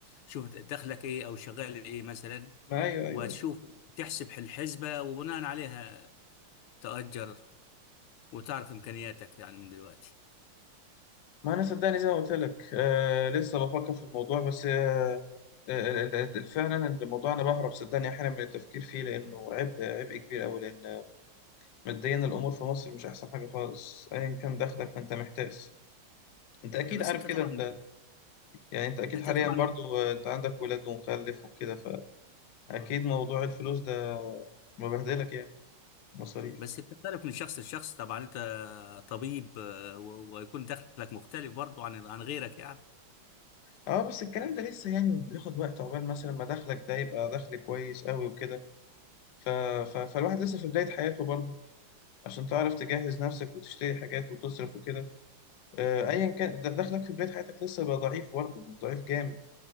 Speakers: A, on the left; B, on the left.
A: شوف دخلك ايه او شغال ايه مثلا
B: ما أيوه أيوه
A: وتشوف
B: أيوه
A: تحسب الحسبه وبناء عليها تأجر وتعرف امكانياتك يعني من دلوقتي
B: ما أنا صدقني زي ما قلت لك آه لسه بفكر في الموضوع بس آه آه، ال- ال- ال- فعلا الموضوع أنا بهرب صدقني أحيانا من التفكير فيه لأنه عبء عبء كبير أوي لأن ماديا الامور في مصر مش احسن حاجه خالص ايا كان دخلك فانت محتاس انت اكيد
A: بس
B: عارف
A: انت
B: كده
A: طبعا
B: انت يعني انت اكيد
A: انت
B: حاليا
A: طبعا
B: برضو آه، انت عندك ولاد ومخلف وكده فاكيد
A: آه.
B: موضوع الفلوس ده مبهدلك يعني مصاريف
A: بس بتختلف من شخص لشخص طبعا انت طبيب آه، و- ويكون دخلك مختلف برضو عن عن غيرك يعني
B: اه بس الكلام ده لسه يعني بياخد وقت عقبال مثلا ما دخلك ده يبقى دخل كويس قوي وكده ف... ف... فالواحد لسه في بداية حياته برضه عشان تعرف تجهز نفسك وتشتري حاجات وتصرف وكده آه، ايا كان ده- دخلك في بداية حياتك لسه بقى ضعيف برضه ضعيف جامد